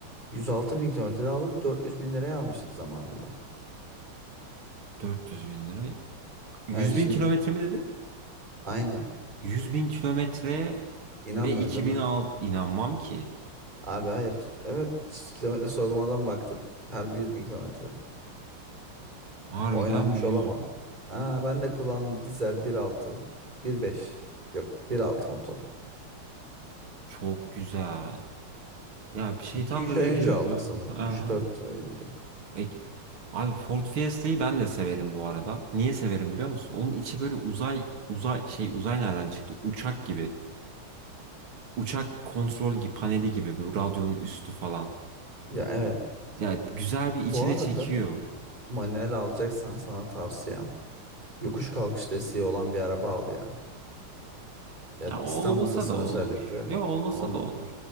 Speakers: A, on the right; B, on the right.
A: 106 bin kilometrede aldık 400 bin liraya almıştık zamanında.
B: 400 bin lira. 100
A: Yani şimdi
B: bin kilometre mi dedin?
A: Aynen.
B: 100 bin kilometre
A: İnanmıyorsun
B: ve 2006
A: değil mi?
B: inanmam ki.
A: Abi hayır. Evet kilometre sorgulamadan baktık. Harbi 100 bin kilometre.
B: Harbiden
A: Oynanmış
B: 100
A: olamaz. Aa, ben de kullan dizel bir altı. bir beş Yok bir altı motor.
B: çok güzel. Ya bir şeytan
A: iki üç
B: da ne
A: ay önce
B: diyor
A: aldık
B: biliyor?
A: sanırım.
B: Aha.
A: üç dört ay önce.
B: E, Abi Ford Fiesta'yı ben de severim bu arada. Niye severim biliyor musun? Onun içi böyle uzay uzay şey uzay nereden çıktı? Uçak gibi. Uçak kontrol gi- paneli gibi böyle radyonun üstü falan.
A: Ya evet.
B: Ya güzel bir
A: Bu
B: içine
A: arada
B: çekiyor.
A: manuel alacaksan sana tavsiyem. Yokuş kalkış desteği olan bir araba al ya. Ya
B: Ya olmasa
A: İstanbul'dasın
B: da
A: özellikle.
B: olur. Ya olmasa
A: Ama
B: da olur.